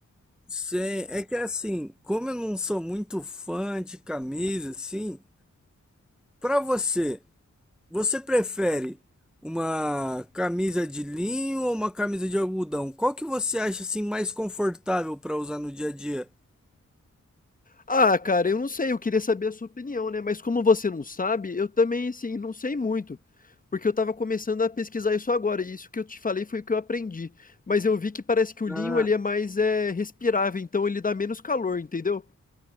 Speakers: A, in the centre; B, on the left.
A: Sei, é que assim, como eu não sou muito fã de camisa, assim, pra você, você prefere uma camisa de linho ou uma camisa de algodão? Qual que você acha assim mais confortável pra usar no dia a dia?
B: Ah, cara, eu não sei, eu queria saber a sua opinião, né? Mas como você não sabe, eu também, assim, não sei muito. Porque eu tava começando a pesquisar isso agora, e isso que eu te falei foi o que eu aprendi. Mas eu vi que parece que o linho
A: Ah,
B: ele é mais é, respirável, então ele dá menos calor, entendeu?